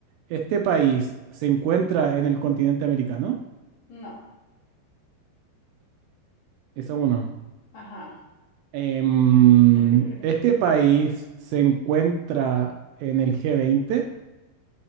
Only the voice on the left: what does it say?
No.
Ajá.
<laughs>